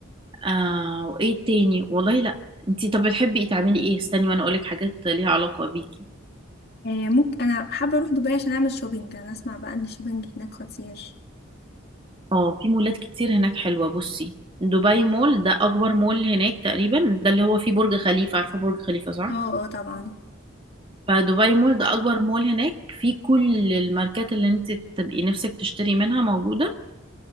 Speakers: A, on the right; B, on the left.
A: آه وايه تاني والله لا انتي طب بتحبي ايه تعملي ايه استني وانا اقولك حاجات ليها علاقة بيكي
B: إيه ممكن انا حابه اروح دبي عشان اعمل شوبينج انا اسمع بقى ان الشوبينج هناك خطير
A: اه في مولات كتير هناك حلوة بصي دبي مول ده اكبر مول هناك تقريبا ده اللي هو فيه برج خليفة عارفة برج خليفة صح
B: اه اه طبعا
A: فدبي مول ده اكبر مول هناك في كل الماركات اللي انت تبقي نفسك تشتري منها موجوده